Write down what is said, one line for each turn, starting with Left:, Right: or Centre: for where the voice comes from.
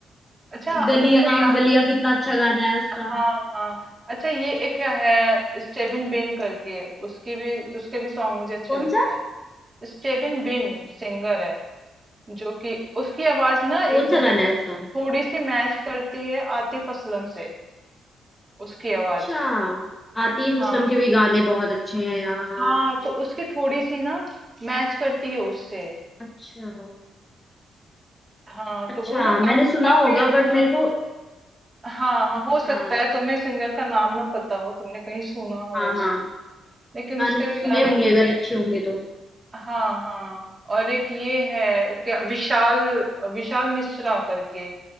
Right: अच्छा
Left: गलियां
Right: तुमको याद
Left: गलियां कितना अच्छा गाना है उसका
Right: हाँ हाँ अच्छा ये एक है स्टेबिन बिन करके उसकी भी उसके भी सॉन्ग मुझे अच्छे
Left: कौन
Right: लगते
Left: सा
Right: हैं स्टेबिन बिन सिंगर है जो कि उसकी आवाज ना एकदम
Left: कौन सा
Right: थोड़ी
Left: गाना है उसका
Right: थोड़ी सी मैच करती है आतिफ असलम से उसकी
Left: अच्छा
Right: आवाज
Left: आतिफ
Right: हाँ
Left: असलम के भी गाने बहुत अच्छे हैं यार
Right: हाँ तो उसकी थोड़ी सी ना मैच करती है उससे
Left: अच्छा
Right: हाँ
Left: अच्छा
Right: तो वो ना
Left: मैंने
Right: काफी
Left: सुना
Right: काफी
Left: होगा
Right: अच्छा
Left: बट मेरे को
Right: हाँ हाँ
Left: अच्छा
Right: हो सकता है तुम्हें सिंगर का नाम ना पता हो तुमने कहीं सुना हो
Left: हाँ
Right: उस
Left: हाँ
Right: लेकिन
Left: गाने
Right: उसके
Left: तो
Right: भी
Left: सुने
Right: गाने
Left: होंगे
Right: मुझे
Left: अगर अच्छे होंगे तो
Right: हाँ हाँ और एक ये है क्या विशाल विशाल मिश्रा करके